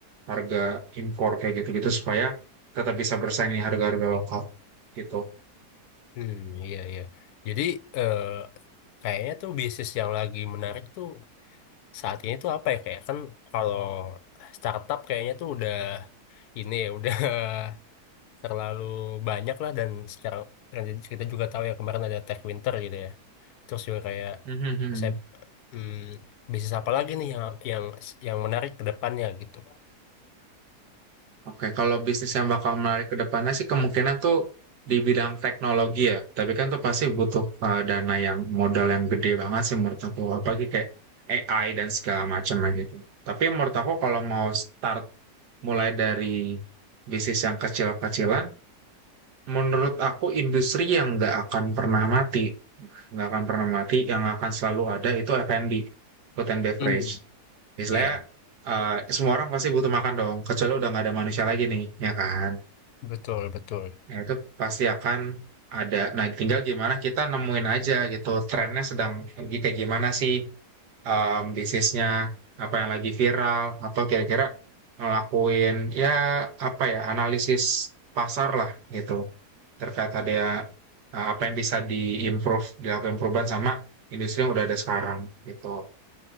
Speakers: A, on the right (about 85°); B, on the left (about 75°).
A: harga impor kayak gitu-gitu supaya tetap bisa bersaing di harga-harga lokal gitu.
B: Hmm, iya iya. Jadi eh, kayaknya tuh bisnis yang lagi menarik tuh saat ini tuh apa ya kayak kan kalau startup kayaknya tuh udah ini ya udah <laughs> terlalu banyak lah dan sekarang kan jadi kita juga tahu ya kemarin ada Tech Winter gitu ya. Terus juga kayak
A: <laughs>
B: saya hmm, bisnis apa lagi nih yang yang yang menarik ke depannya gitu.
A: Oke, kalau bisnis yang bakal menarik ke depannya sih kemungkinan tuh di bidang teknologi ya. Tapi kan tuh pasti butuh uh, dana yang modal yang gede banget sih menurut aku. Apalagi kayak AI dan segala macamnya gitu. Tapi menurut aku kalau mau start mulai dari bisnis yang kecil-kecilan, menurut aku industri yang nggak akan pernah mati, nggak akan pernah mati, yang akan selalu ada itu F&B, food and beverage.
B: Hmm,
A: Istilahnya
B: iya
A: uh, semua orang pasti butuh makan dong, kecuali udah nggak ada manusia lagi nih, ya kan?
B: betul betul.
A: Nah, itu pasti akan ada. Nah, tinggal gimana kita nemuin aja gitu trennya sedang lagi kayak gimana sih em disease-nya, apa yang lagi viral atau kira-kira ngelakuin ya apa ya analisis pasar lah gitu terkait ada ya, eh, apa yang bisa diimprove, dilakukan perubahan sama industri yang udah ada sekarang gitu.